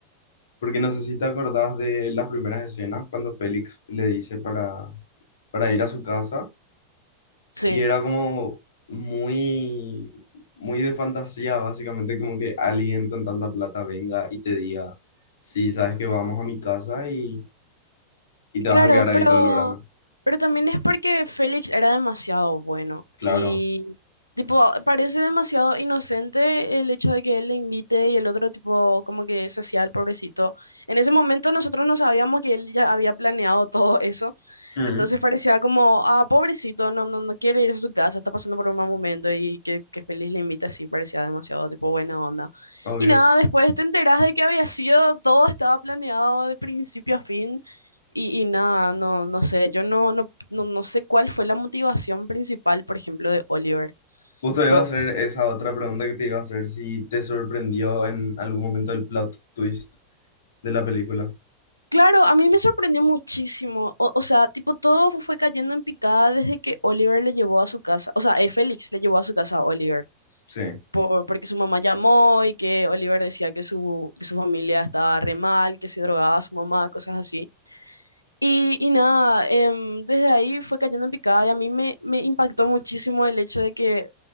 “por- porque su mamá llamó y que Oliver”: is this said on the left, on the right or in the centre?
Left